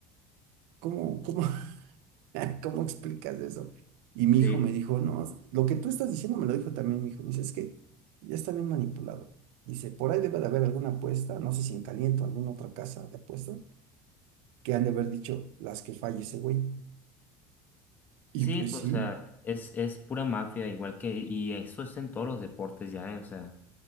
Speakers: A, on the right; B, on the left.
A: ¿Cómo, cómo, <laughs> ¿Cómo explicas eso? Y mi
B: Sí,
A: hijo me dijo, no, lo que tú estás diciendo me lo dijo también mi hijo. Me dice, es que ya está bien manipulado. Dice, por ahí debe de haber alguna apuesta, no sé si en Caliente o alguna otra casa de apuestas, que han de haber dicho las que falle ese güey. Y
B: sí,
A: pues
B: pues,
A: sí,
B: o sea, es, es pura mafia, igual que, y eso es en todos los deportes ya, ¿eh? O sea,